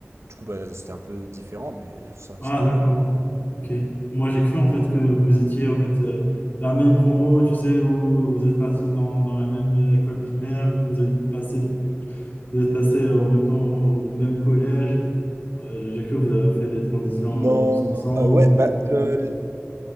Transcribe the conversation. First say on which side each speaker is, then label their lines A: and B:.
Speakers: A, on the right; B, on the left.
A: Du coup, bah, c'était un peu différent, mais ça,
B: Ah
A: ça allait.
B: d'accord, ok. Moi, j'ai cru en fait que vous étiez en fait euh, la même promo, tu sais, où vous êtes partis dans, dans la même euh, école primaire, puis vous êtes passé, vous êtes passé euh, en même temps au même collège. Euh, J'ai j'ai cru que vous avez fait des transitions
A: Non,
B: euh, tous ensemble.
A: non, euh, ouais, bah, euh, l-